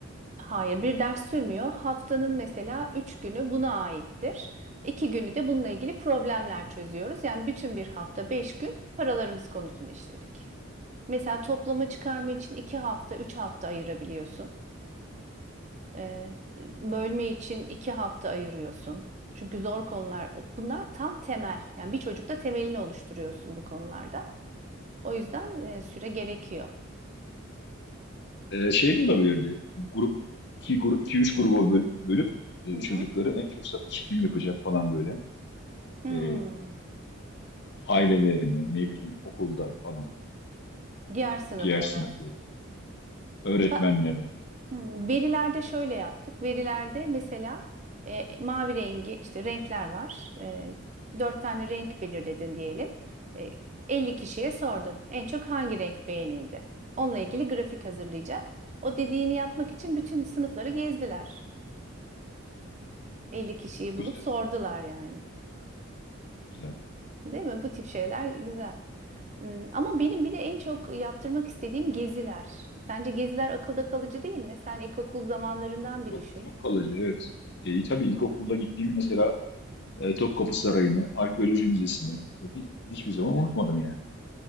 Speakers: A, on the right; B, on the left.
A: Hayır, bir ders sürmüyor. Haftanın mesela üç günü buna aittir. İki günü de bununla ilgili problemler çözüyoruz. Yani bütün bir hafta beş gün paralarımız konusunu işledik. Mesela toplama çıkarma için iki hafta, üç hafta ayırabiliyorsun. Ee, bölme için iki hafta ayırıyorsun. Çünkü zor konular. Bunlar tam temel. Yani bir çocukta temelini oluşturuyorsun bu konularda. O yüzden e, süre gerekiyor.
B: Ee, şey de olabilirdi. Grup iki, gru, iki üç gruba böl- bölüp e,
A: Hı hı.
B: çocukları en çok satış kim yapacak falan böyle.
A: Hmm.
B: E, ailelerine, ne bileyim okulda falan,
A: Diğer sınıflara.
B: diğer sınıflara, öğretmenlere.
A: Ba- Hmm, Verilerde şöyle yaptık. Verilerde mesela e, mavi rengi işte renkler var. E, dört tane renk belirledin diyelim. E, 50 kişiye sordun. En çok hangi renk beğenildi? Onunla ilgili grafik hazırlayacak. O dediğini yapmak için bütün sınıfları gezdiler. 50 kişiyi
B: Güzel,
A: bulup sordular yani.
B: güzel.
A: Değil mi? Bu tip şeyler güzel. Hmm, Ama benim bir de en çok yaptırmak istediğim geziler. Sence geziler akılda kalıcı değil mi? Sen ilkokul zamanlarından bir
B: Çok
A: düşün.
B: çok kalıcı, evet. E, tabii ilkokulda gittiğim mesela e, Topkapı Sarayı'nı, Arkeoloji Müzesi'ni e, hi- hiçbir zaman unutmadım yani